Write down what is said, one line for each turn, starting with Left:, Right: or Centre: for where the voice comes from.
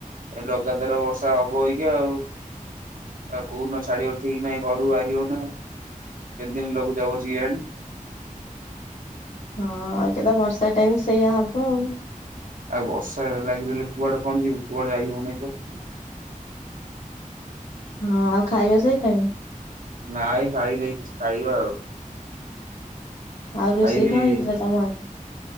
Right: ଏ ଲଗାତାର ବର୍ଷା ହବ ଏଇକା ଆଉ। ଆଉ କଉଦିନ ଛାଡ଼ିିବ ଠିକ ନାଇଁ ଘରୁ ବାହାରି ହଉନାହିଁ। କେତେ ଦିନ ଲଘୁଚାପ ଅଛି କେଜାଣି?
Left: ହଁ ଏଇଟା ତ ବର୍ଷା ଟାଇମ୍ ସେଇଆ ହବ ଆଉ
Right: ଆଉ ବର୍ଷା ଲାଗି ରହିଲେ କୁଆଡେ କଣ ଯିବୁ କୁଆଡେ ଯାଇ ହଉନାହିଁ ପରା।
Left: ହଁ ଆଉ ଖାଇବା ସଇଲାନି?
Right: ନାଇଁ ଖାଇନି କିଛି ଖାଇବା ଆଉ।
Left: ଆଉ ରୋଷେଇ
Right: ଖାଇବି
Left: କଣ ହେଇଥିଲା ତମର ଆଜି?